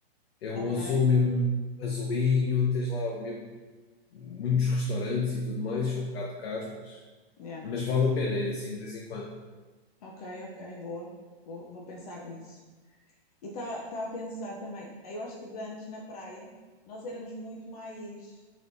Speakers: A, on the left; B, on the left.
A: É um
B: ok,
A: azul mesmo, azulinho, tens lá mesmo muitos restaurantes e tudo mais, são um bocado caros, mas
B: yeah.
A: mas vale a pena ir assim de vez em quando.
B: ok, ok, boa, vou, vou pensar nisso. E estava a pensar também, eh, eu acho que de antes na praia nós éramos muito mais,